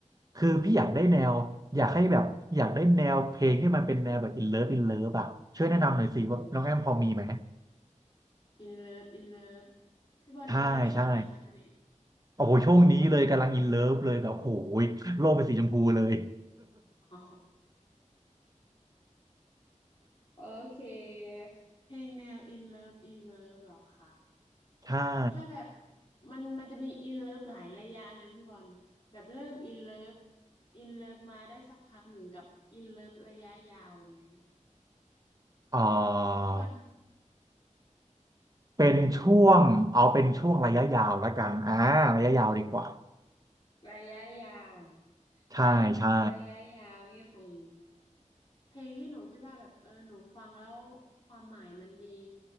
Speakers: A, on the right (about 30°); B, on the left (about 40°).
A: คือพี่อยากได้แนวอยากให้แบบอยากได้แนวเพลงที่มันเป็นแนวแบบ in love in love อ่ะช่วยแนะนำหน่อยสิว่าน้องแอมพอมีไหม
B: โอ้โห อินเลิฟอินเลิฟพี่บอลอินเลิฟช่วงไหนคะช่วงนี้
A: ใช่ใช่โอ้โหช่วงนี้เลยกำลัง in love เลยแบบโอ้ยโลกเป็นสีชมพูเลย
B: อ๋อโอเคเพลงแนวอินเลิฟอินเลิฟหรอคะ
A: <laughs> ใช่
B: ถ้าแบบมันมันจะมีอินเลิฟหลายระยะนะพี่บอลแบบเริ่มอินเลิฟอินเลิฟมาได้สักพักหนึ่งกับอินเลิฟระยะยาวแบบเนี้ย
A: เออ
B: พี่บอล
A: เป็นช่วงเอาเป็นช่วงระยะยาวละกันอ่าระยะยาวดีกว่า
B: ระยะยาว
A: ใช่ใช่
B: เหรอระยะระยะยาวนี่คงเพลงที่หนูคิดว่าแบบเออหนูฟังแล้วความหมายมันดี